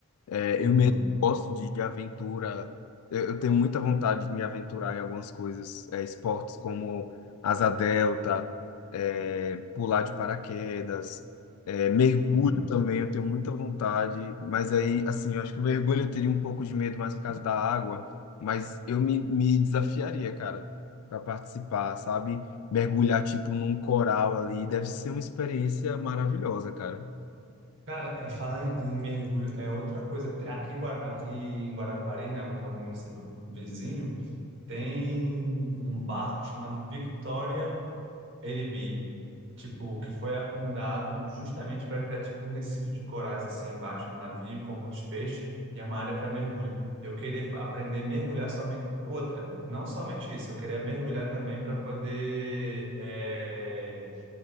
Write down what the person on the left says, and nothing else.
É,
eu mesmo gosto de, de aventura. Eu, eu tenho muita vontade de me aventurar em algumas coisas, é, esportes como asa delta, é, pular de paraquedas, é, mergulho
também. Eu tenho muita vontade, mas aí, assim, eu acho que o mergulho eu teria um pouco de medo mais por causa da água, mas eu me, me desafiaria, cara, para participar, sabe? Mergulhar, tipo, num coral ali, deve ser uma experiência maravilhosa, cara.